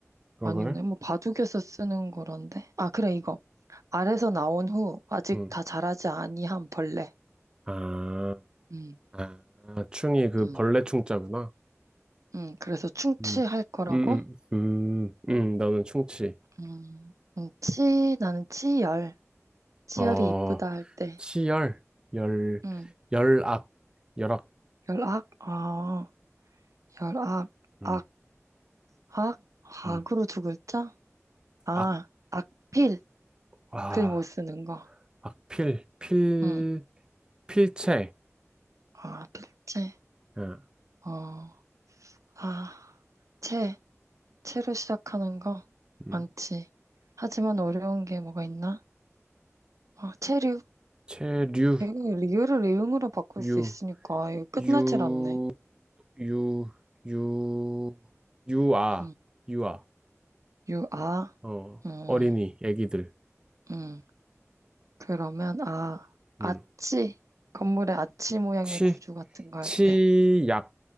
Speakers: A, on the right; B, on the right.
A: 어,
B: 아니네.
A: 그래?
B: 뭐 바둑에서 쓰는 거란데. 아, 그래, 이거. 알에서 나온 후 아직
A: 응.
B: 다 자라지 아니한 벌레.
A: 아,
B: 음,
A: 아, 충이 그
B: 음.
A: 벌레 충자구나.
B: 음, 그래서 충치할
A: 음,
B: 거라고?
A: 음, 음, 음, 음, 나는 충치.
B: 음. 음, 치, 나는 치열. 치열이
A: 어,
B: 이쁘다 할 때.
A: 치열, 열,
B: 음,
A: 열악, 열악.
B: 열악? 아, 열악.
A: 음,
B: 악, 악? 악으로
A: 음.
B: 두 글자? 아,
A: 악,
B: 악필.
A: 아,
B: 글 못 쓰는 거.
A: 악필, 필,
B: 응.
A: 필체,
B: 아, 필체.
A: 어,
B: 어, 아, 채. 채로 시작하는 거
A: 음.
B: 많지. 하지만 어려운 게 뭐가 있나? 아, 체류.
A: 체류,
B: 이거 리을을 리응으로 바꿀
A: 유,
B: 수 있으니까 이거 끝나질
A: 유,
B: 않네.
A: 유, 유, 유아,
B: 음,
A: 유아,
B: 유, 아.
A: 어,
B: 음,
A: 어린이, 애기들,
B: 음. 그러면 아, 아치.
A: 음.
B: 건물의 아치 모양의
A: 치,
B: 구조 같은 거 할
A: 치약,
B: 때.